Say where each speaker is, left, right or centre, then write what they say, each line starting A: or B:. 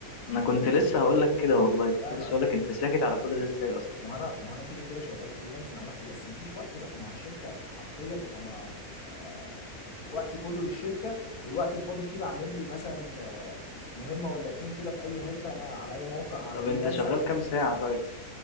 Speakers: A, on the left; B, on the left.
A: انا كنت لسه هقول لك كده والله كنت
B: لا
A: لسه
B: لا
A: هقول لك انت ساكت على كل ده ازاي اصلا
B: ما هو انا ما هو انا كده كده شغال فريلانس مع نفسي بس ما فيش وقت بقى ما هو الشركه حرفيا انا آه وقتي كله للشركه والوقت الفاضي فيه بعمل لي مثلا آه مهمه ولا اتنين كده في اي حته ما على اي موقع
A: طب
B: فريلانس
A: انت شغال
B: عشان
A: كام ساعة طيب